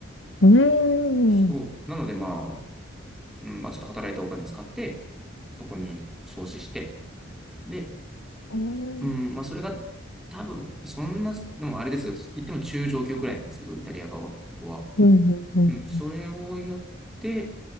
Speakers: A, on the left (about 70°); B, in the centre.
A: うん。
B: そう。
A: う
B: なので、まあ、うんまあ、ちょっと働いたお金使って、そこに創始して、で、
A: ん。
B: うん、まあ、それが多分、そんな、でもあれですよ。言っても中上級くらいなんですけど、イタリア語は。
A: うん、うん、
B: うん、それをやって、